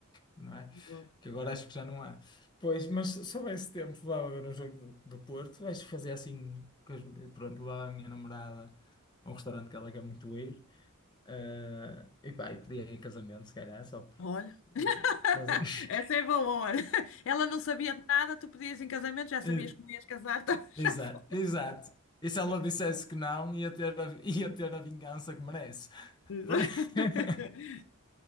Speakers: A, on the left (about 20°); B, on the left (about 60°).
A: não é?
B: Bom.
A: Que agora acho que já não há. Pois, mas se soubesse tempo, levava ver um jogo do, do Porto, acho que fazia assim, com as- pronto, levava a minha namorada a um restaurante que ela quer muito ir. Ah, e pá, e pedia em casamento, se calhar, só por.
B: Olha, <laughs>
A: estás a- <laughs>
B: Essa é valor. Ela não sabia de nada, tu pedias em casamento, já sabias
A: Eh,
B: que não ias casar, então <laughs> já
A: Exato,
B: foi.
A: exato. E se ela dissesse que não, ia ter a, <laughs> ia ter a vingança que merece.
B: <laughs>
A: Por... <laughs>